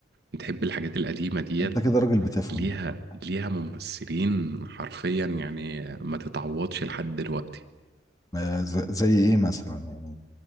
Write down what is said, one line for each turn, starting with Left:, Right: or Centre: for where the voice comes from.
Right: بتحب الحاجات القديمة ديت
Left: انت كده راجل بتفهم
Right: ليها
Left: والله
Right: ليها ممثلين حرفيا يعني ما تتعوضش لحد دلوقتي
Left: آه، ز- زي ايه مثلا يعني